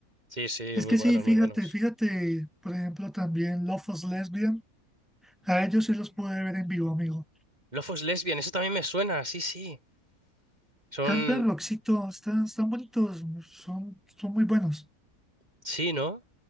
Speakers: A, on the right; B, in the centre.
A: Sí, sí,
B: Es
A: muy
B: que
A: buenos,
B: sí, fíjate,
A: muy buenos.
B: fíjate, por ejemplo, también Lofos Lesbian. A ellos sí los pude ver en vivo, amigo.
A: Lofos Lesbian, eso también me suena, sí, sí. Son,
B: Canta Roxito, están, están bonitos, son, son muy buenos.
A: sí, ¿no?